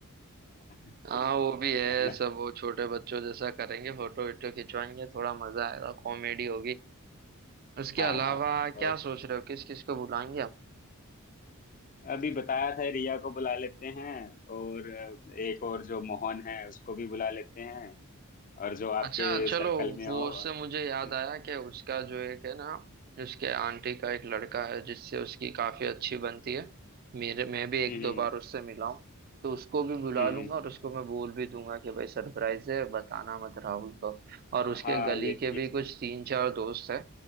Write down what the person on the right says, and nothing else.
हाँ
वो भी है
सब वो छोटे बच्चों जैसा करेंगे फोटो वीटो खिंचवाएंगे थोड़ा मजा आएगा कॉमेडी होगी उसके
अलावा
क्या सोच रहे हो किस किस को बुलाएंगे
अच्छा चलो
वो
उससे मुझे
याद आया कि उसका जो एक है ना उसके आंटी का एक लड़का है जिससे उसकी काफी अच्छी बनती है मेरे मैं भी एक
दो बार उससे मिला हूँ तो उसको भी बुला
लूंगा और उसको मैं बोल भी दूंगा कि भाई सरप्राइज है बताना मत राहुल को और उसके
गली
के
भी कुछ तीन चार दोस्त है